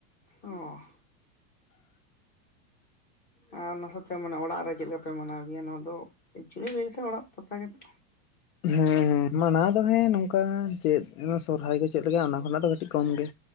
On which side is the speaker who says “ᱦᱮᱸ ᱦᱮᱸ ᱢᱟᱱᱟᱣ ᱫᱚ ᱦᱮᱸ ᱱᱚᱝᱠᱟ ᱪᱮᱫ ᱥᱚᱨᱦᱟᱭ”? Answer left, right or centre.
Left